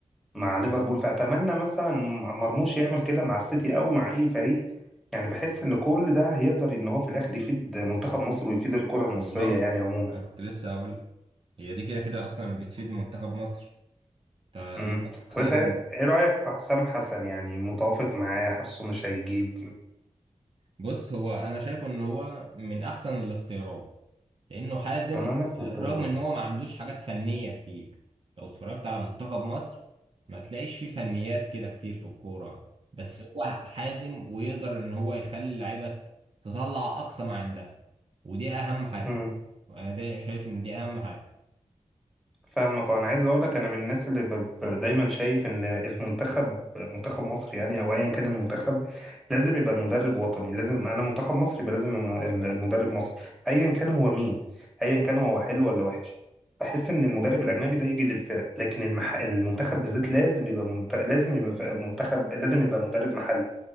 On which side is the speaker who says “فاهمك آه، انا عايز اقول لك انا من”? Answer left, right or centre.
Centre